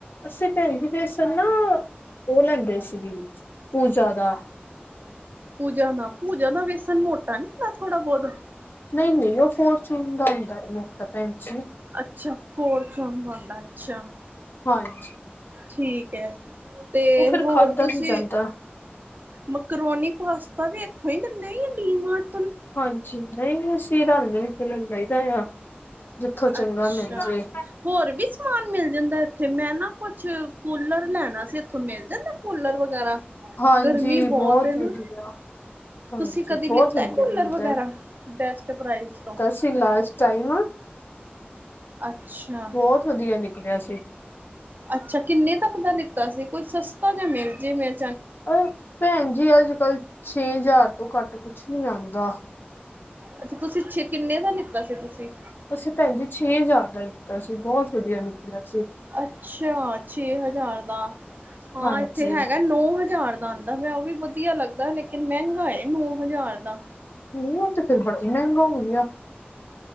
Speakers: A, on the left; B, on the right.
A: ਅਸੀਂ ਭੈਣ ਜੀ ਵੈਸਨ ਨਾ ਉਹ ਲੈਂਦੇ ਸੀ ਪੂਜਾ ਦਾ।
B: ਪੂਜਾ ਦਾ ਪੂਜਾ ਦਾ ਵੇਸਨ ਮੋਟਾ ਨੀ ਹੁੰਦਾ ਥੋੜਾ ਬਹੁਤ।
A: ਨਹੀਂ- ਨਹੀਂ ਉਹ ਫੋਰਚੂਨ ਦਾ ਹੁੰਦਾ ਮੋਟਾ ਭੈਣਜੀ।
B: ਅੱਛਾ ਫੋਰਚੂਨ ਬਣਦਾ ਅੱਛਾ।
A: ਹਾਂਜੀ।
B: ਠੀਕ ਹੈ ਤੇ
A: ਉਹ ਫਿਰ
B: ਹੋਰ
A: ਖਾਧਾ
B: ਤੁਸੀਂ।
A: ਨੀ ਜਾਂਦਾ
B: ਮਕਰੋਨੀ ਪਾਸਤਾ ਵੀ ਇਥੋਂ ਹੀ ਮਿਲਣੇ ਕਿ ਡੀ ਮਾਰਟ
A: ਹਾਂਜੀ ਨਹੀਂ ਅਸੀਂ ਰਲ ਮਿਲ ਕੇ ਲੈ ਹੀਦਾ ਆ। ਜਿ ਉੱਥੋਂ ਚੰਗਾ
B: ਅੱਛਾ
A: ਮਿਲ ਜੇ।
B: ਹੋਰ ਵੀ ਸਮਾਨ ਮਿਲ ਜਾਂਦਾ ਇੱਥੇ ਮੈਂ ਨਾ ਕੁਛ ਕੂਲਰ ਲੈਣਾ ਸੀ ਇੱਥੋਂ ਮਿਲ ਜਾਂਦਾ। ਕੂਲਰ ਵਗੈਰਾ
A: ਹਾਂਜੀ
B: ਗਰਮੀ ਬਹੁਤ
A: ਵਧੀਆ
B: ਨਾ।
A: ਹਾਂਜੀ
B: ਤੁਸੀਂ ਕਦੀ
A: ਬਹੁਤ
B: ਲਿੱਤਾ
A: ਵਧੀਆ
B: ਕੂਲਰ
A: ਮਿਲਦਾ
B: ਵਗੈਰਾ ਬੈਸਟ ਪ੍ਰਾਈਜ਼ ਤੋਂ।
A: ਅਸੀ ਲਾਸਟ ਟਾਈਮ।
B: ਅੱਛਾ।
A: ਬਹੁਤ ਵਧੀਆ ਨਿਕਲਿਆ ਸੀ।
B: ਅੱਛਾ ਕਿੰਨੇ ਤੱਕ ਦਾ ਲਿੱਤਾ ਸੀ ਕੋਈ ਸਸਤਾ ਜਾ ਮਿਲ ਜੇ ਫੇਰ
A: ਅ ਭੈਣ ਜੀ ਅੱਜ ਕੱਲ ਛੇ ਹਜ਼ਾਰ ਤੋਂ ਘੱਟ ਕੁਛ ਨੀ ਆਉਂਦਾ।
B: ਅੱਛਾ ਤੁਸੀਂ ਛੇ ਕਿੰਨੇ ਦਾ ਲਿੱਤਾ ਸੀ ਤੁਸੀਂ।
A: ਅਸੀਂ ਭੈਣ ਜੀ ਛੇ ਹਜ਼ਾਰ ਦਾ ਲਿੱਤਾ ਸੀ ਬਹੁਤ ਵਧੀਆ ਨਿਕਲਿਆ ਸੀ।
B: ਅੱਛਾ ਛੇ ਹਜ਼ਾਰ ਦਾ ਹਾਂ
A: ਹਾਂਜੀ
B: ਇੱਥੇ ਹੈਗਾ ਨੌ ਹਜ਼ਾਰ ਦਾ ਆਂਦ। ਆਂਦਾ ਪਿਆ ਉਹ ਵੀ ਵਧੀਆ ਲੱਗਦਾ ਲੇਕਿਨ ਮਹਿੰਗਾ ਨੋ ਹਜ਼ਾਰ ਦਾ।
A: ਨਹੀਂ ਉਹ ਤੇ ਫੇਰ ਬੜਾ ਹੀ ਮਹਿੰਗਾ ਹੋ ਗਿਆ।